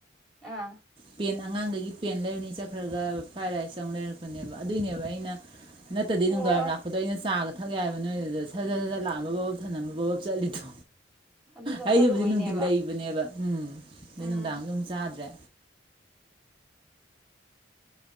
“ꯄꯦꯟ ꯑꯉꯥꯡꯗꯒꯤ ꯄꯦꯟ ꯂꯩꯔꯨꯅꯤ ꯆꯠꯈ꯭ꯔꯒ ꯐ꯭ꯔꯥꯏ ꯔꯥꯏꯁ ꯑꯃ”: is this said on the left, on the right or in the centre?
Right